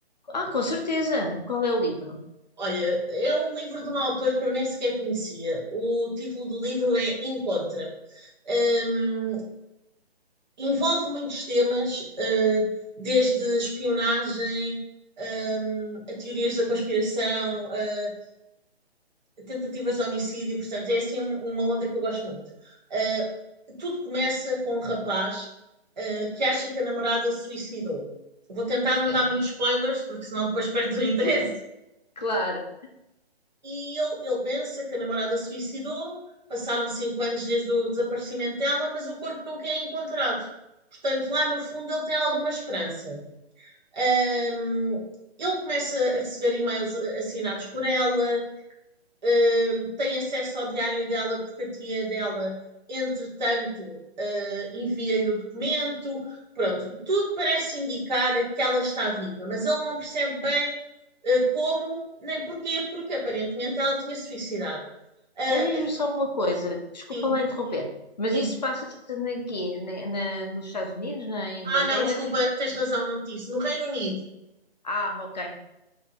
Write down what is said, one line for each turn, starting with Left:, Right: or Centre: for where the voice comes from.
Left: Ah, com certeza. Qual é o livro?
Right: Olha, é um livro de um autor que eu nem sequer conhecia. O título do livro é Encontra-me. Hum, envolve muitos temas, eh, desde espionagem, hum, a teorias da conspiração, eh, tentativas de homicídio. Portanto, é assim um- uma onda que eu gosto muito. Eh, tudo começa com um rapaz, eh, que acha que a namorada se suicidou. Vou tentar não
Left: Sim,
Right: dar muitos spoilers, porque senão depois perdes o interesse.
Left: claro.
Right: e ele, ele pensa que a namorada se suicidou, passaram cinco anos desde o desaparecimento dela, mas o corpo nunca é encontrado. Portanto, lá no fundo ele tem alguma esperança. Ahm, ele começa a receber e-mails assinados por ela, uh, tem acesso ao diário dela porque a tia dela, entretanto, uh, envia-lhe o documento. Pronto, tudo parece indicar que ela está viva, mas ele não percebe bem uh, como nem porquê, porque aparentemente ela tinha suicidado. Uh,
Left: Mas diz-me só uma coisa, desculpa
Right: sim,
Left: lá interromper, mas
Right: sim.
Left: isso passa-se na quê? Na, na- nos Estados Unidos, na Inglaterra?
Right: Ah, não, desculpa, tens razão, não te disse. No Reino Unido,
Left: Ah, ok,